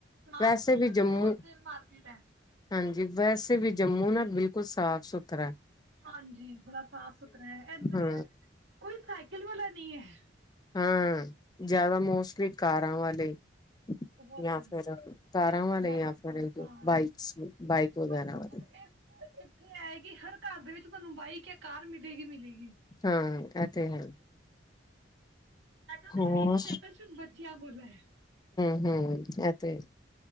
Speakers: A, on the right; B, on the left.
A: ਸਾਫ
B: ਵੈਸੇ
A: ਸੁਥਰਾ
B: ਵੀ
A: ਤੇ
B: ਜੰਮੂ,
A: ਹੋਲਸੇਲ ਮਾਰਕੀਟ ਹੈ
B: ਹਾਂਜੀ ਵੈਸੇ ਵੀ ਜੰਮੂ ਉਹ ਨਾ ਬਿਲਕੁਲ ਸਾਫ਼-ਸੁਥਰਾ।
A: ਹਾਂਜੀ ਬੜਾ ਸਾਫ਼-ਸੁਥਰਾ ਏ ਇੱਧਰ,
B: ਹਾਂ
A: ਕੋਈ ਸਾ ਈਕਲ ਵਾਲਾ ਨਹੀਂ ਐ।
B: ਹਾਂ ਜ਼ਿਆਦਾ ਮੋਸਟਲੀ ਕਾਰਾਂ ਵਾਲੇ
A: ਬਹੁਤ
B: ਜਾਂ ਫਿਰ ਕਾਰਾਂ ਵਾਲੇ
A: ਬਾਈਕਾਂ
B: ਜਾਂ ਫਿਰ
A: ਕਾਰ
B: ਬਾਈਕਸ ਬਾਈਕ
A: ਹਰ
B: ਵਗੈਰਾ
A: ਮਤਲਬ
B: ਵਾਲੇ।
A: ਇਸ ਇੱਥੇ ਹੈ ਕਿ ਹਰ ਘਰ ਦੇ ਵਿੱਚ ਤੁਹਾਨੂੰ ਬਾਈਕ ਜਾਂ ਕਾਰ ਮਿਲੇਗੀ-ਮਿਲੇਗੀ।
B: ਹਾਂ ਇਹ ਤੇ ਹੈ।
A: ਏਦਾ ਤਾਂ
B: ਹੋਰ
A: ਹੈ ਈ ਨੀ ਸਾਈਕਲ ਸਿਰਫ ਬੱਚਿਆਂ ਕੋਲ ਹੈ।
B: ਹੂੰ ਇਹ ਤੇ ਹੈ।